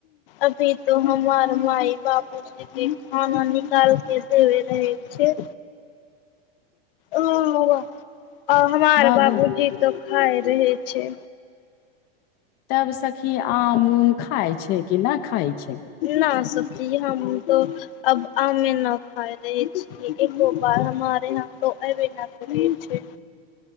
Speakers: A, on the left (about 60°); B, on the left (about 30°).
A: अभी तो हमार माय बाबू जी खाना निकाल के देेबे रहै छै ओ आ हमार
B: बाबू
A: बाबूजी त खाय रहे छै
B: तब सखी आम उम खाय छै कि नहि खाय छै
A: न सखी हम तऽ अब आमे न खाय रहे छियै एको बार हमारे यहां त एबे नै करय छै